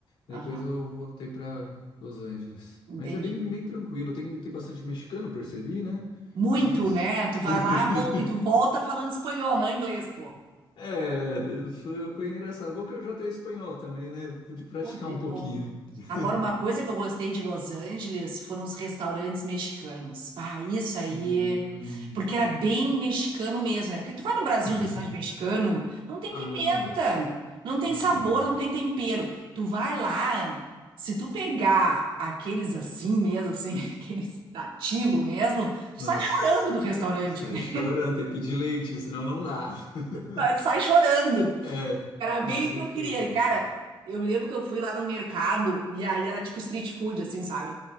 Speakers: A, on the left (about 80°); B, on the right (about 85°).
A: Depois
B: Aham,
A: eu voltei para Los Angeles.
B: entendi.
A: Mas é bem, bem tranquilo, tem, tem bastante mexicano, percebi, né?
B: Muito,
A: Mas.
B: né? Tu vai
A: <laughs>
B: lá vol- e tu volta falando espanhol, não inglês, pô.
A: É, foi foi engraçado. Bom que eu já tenho espanhol também, né? Pude praticar
B: Sempre
A: um
B: bom.
A: pouquinho. <laughs>
B: Agora, uma coisa que eu gostei de Los Angeles foram os restaurantes mexicanos. Ah, isso aí.
A: Hum,
B: Porque era bem mexicano mesmo, né? Porque tu vai no Brasil
A: como assim?
B: em restaurante mexicano, não tem
A: Ah,
B: pimenta,
A: não dá.
B: não tem
A: Não
B: sabor,
A: tem, não
B: não
A: tem.
B: tem tempero. Tu vai lá, se tu pegar aqueles assim mesmo, assim, <laughs> aqueles nativos mesmo, tu
A: Nossa,
B: sai chorando do restaurante,
A: sai
B: <laughs> né?
A: chorando, tem que pedir leite, senão não dá. <laughs>
B: Mas Sai chorando.
A: É,
B: Era
A: com
B: bem
A: certeza.
B: o que eu queria. E, Cara, eu lembro que eu fui lá no mercado e aí era tipo street food, assim, sabe?